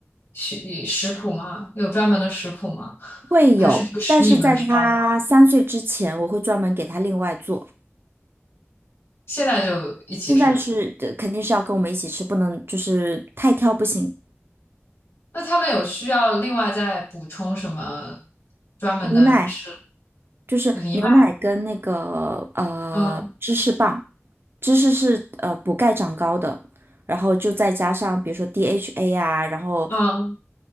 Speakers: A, on the left (about 60°); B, on the right (about 55°).
A: 食食谱吗？有专门的食谱吗？
B: 会有，
A: 还是就吃你们烧的？
B: 但是在他三岁之前，我会专门给他另外做。
A: 现在就一起吃？
B: 现在是，呃肯定是要跟我们一起吃，不能就是太挑不行。
A: 那他们有需要另外再补充什么专门的吃
B: 无奈。就是牛奶跟那个呃芝士棒，
A: 藜麦？嗯
B: 芝士是呃补钙长高的，然后就再加上比如说 DHA 啊，然后
A: 嗯，